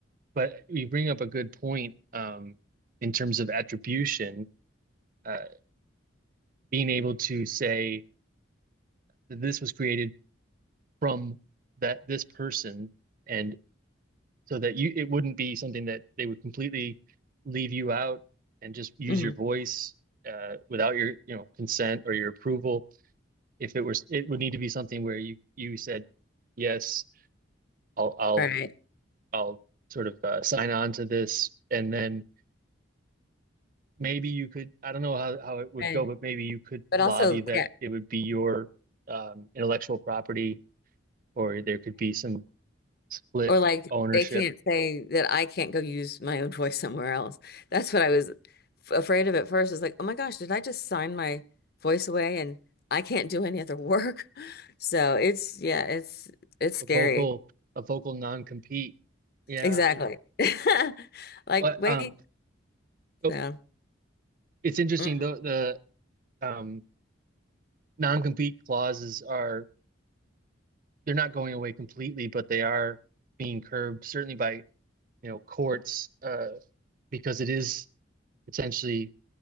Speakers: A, on the right; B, on the left.
A: but you bring up a good point um, in terms of attribution. Uh, being able to say that this was created from that this person and so that you it wouldn't be something that they would completely leave you out and just use
B: Mhm.
A: your voice uh, without your you know consent or your approval if it was it would need to be something where you you said yes I'll I'll
B: right
A: I'll sort of uh, sign on to this and then maybe you could I don't know how how it would
B: right
A: go but maybe you could
B: but
A: lobby
B: also
A: that
B: yeah
A: it would be your um, intellectual property or there could be some split
B: Or like
A: ownership,
B: they can't say that I can't go use my own voice somewhere else. That's what I was f- afraid of at first. I was like, oh my gosh, did I just sign my voice away and I can't do any other work? <laughs> So it's yeah, it's it's scary.
A: a vocal a vocal non-compete. Yeah.
B: Exactly. <laughs> Like
A: But
B: wait,
A: um oh,
B: so
A: it's interesting
B: mm,
A: though the um non-compete clauses are they're not going away completely, but they are being curbed certainly by, you know, courts uh because it is potentially